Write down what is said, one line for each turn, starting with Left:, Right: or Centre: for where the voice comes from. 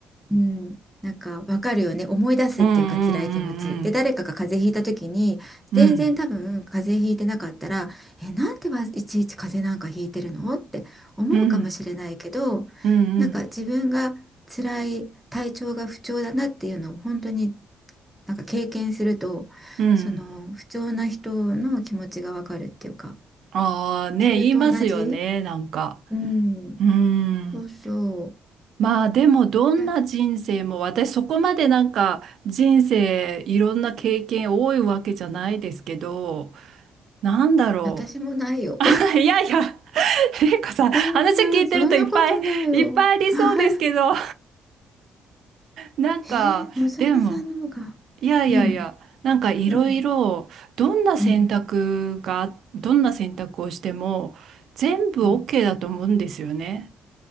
Centre: うん、なんかわかるよね思い出すっていうか辛い気持ちで誰かが風邪ひいた時に全然多分風邪ひいてなかったら「えなんでいちいち風邪なんかひいてるの?」って思うかもしれないけど
Right: うん、うん、うん、うん。うん、うん、うん、
Centre: なんか自分が辛い体調が不調だなっていうのを本当になんか経験するとその不調な人の気持ちがわかるっていうか
Right: うん。ああ、ね、
Centre: それと同じ
Right: 言いますよね、なんか。
Centre: うん
Right: うーん。
Centre: そうそう
Right: まあ、でも、どんな人生も、
Centre: え
Right: 私、そこまでなんか、人生、いろんな経験多いわけじゃないですけど、なんだろ
Centre: 私もないよ
Right: う。<laughs> いやいや、玲子さん、話聞いてるといっぱいいっぱいありそうですけど、
Centre: えー、な、そんなことないよ。はい
Right: なんか、
Centre: えー、のぞみさんの方が。
Right: でも、いやいやいや、
Centre: うん、
Right: なんかいろいろ、
Centre: うん、
Right: どんな選択が、
Centre: うん、
Right: どんな選択をしても、全部
Centre: うん。
Right: OK だと思うんですよね。